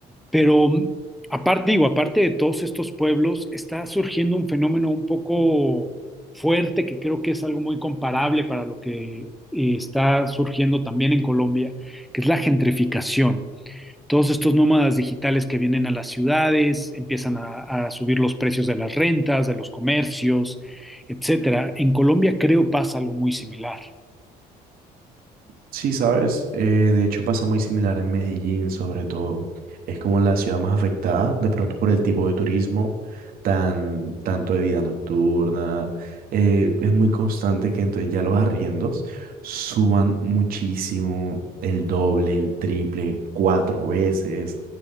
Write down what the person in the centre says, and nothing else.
Pero aparte, digo, aparte de todos estos pueblos, está surgiendo un fenómeno un poco fuerte que creo que es algo muy comparable para lo que eh, está surgiendo también en Colombia, que es la gentrificación. Todos estos nómadas digitales que vienen a las ciudades, empiezan a, a subir los precios de las rentas, de los comercios, etcétera. En Colombia creo pasa algo muy similar.